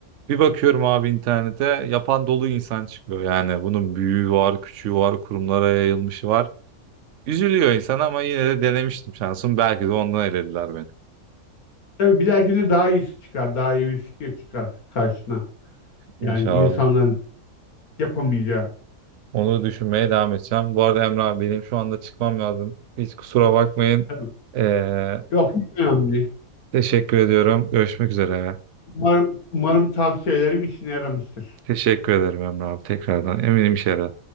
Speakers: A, on the right; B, on the left.
A: bir bakıyorum abi internete yapan dolu insan çıkıyor. Yani bunun büyüğü var, küçüğü var, kurumlara yayılmışı var. Üzülüyor insan ama yine de denemiştim şansım. Belki de ondan elediler beni.
B: Tabii bir dahakine daha iyisi çıkar. Daha iyi bir fikir çıkar karşına.
A: İnşallah.
B: Yani insanların yapamayacağı.
A: Onu düşünmeye devam edeceğim. Bu arada Emre abi benim şu anda çıkmam lazım. Hiç kusura bakmayın.
B: Tabii.
A: Ee,
B: Yok hiç önemli değil.
A: teşekkür ediyorum. Görüşmek üzere.
B: Umarım, umarım tavsiyelerim işine yaramıştır.
A: Teşekkür ederim Emre abi tekrardan. Eminim işe yarar.